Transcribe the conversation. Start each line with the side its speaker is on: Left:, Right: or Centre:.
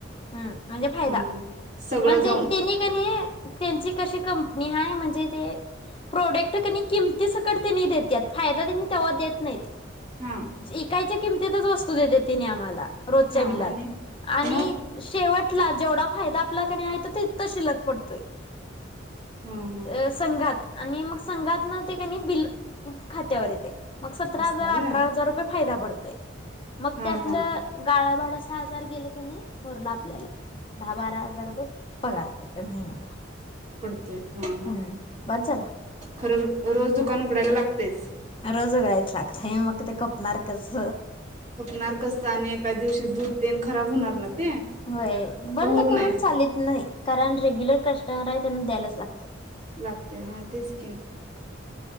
Left: ह म्हणजे फायदा
Right: हा हा सगळं
Left: म्हणजे
Right: जाऊन
Left: त्यांनी क त्यांची कशी क हाय म्हणजे ते प्रोडक्ट कणी किमती सकट त्यांनी देत्यात फायदा त्यांनी तेव्हा देत नाहीत.
Right: हा
Left: इकायच किमतीतच वस्तू देत्यात तिनी आम्हाला रोजच्या
Right: हा
Left: बिलात
Right: आणि
Left: आणि
Right: मग
Left: शेवटला जेवढा फायदा आपल्याकनि आहे तो तर शिल्लक पडतोय.
Right: हा हा
Left: अ संघात आणि मग संघातन ते कनी बिल खात्यावर येते मग सतरा
Right: असं
Left: हजार,
Right: आहे
Left: अठरा
Right: व्हय
Left: हजार रुपये फायदा पडतोय. मग
Right: हा
Left: त्यातलं
Right: हा
Left: गाळप थोडासा आजार गेल कनी उरलेलं आपल्याला दहा बारा हजार रुपये. पगार पडतोय महिन्याला
Right: पडतोय हं हं
Left: हम्म बास झाला
Right: खर. रोज दुकान उघडायला लागतेयच.
Left: रोज उघडायचं लागतय, मग ते खपणार कस.
Right: खपणार कस आणि एखाद दिवशी दूध तेन खराब होणार ना ते
Left: होय बंद
Right: का होत
Left: करून
Right: नाही
Left: चालीत नाही कारण रेग्युलर कस्टमर त्यांना द्यायलाच लाग
Right: लागते हा तेच की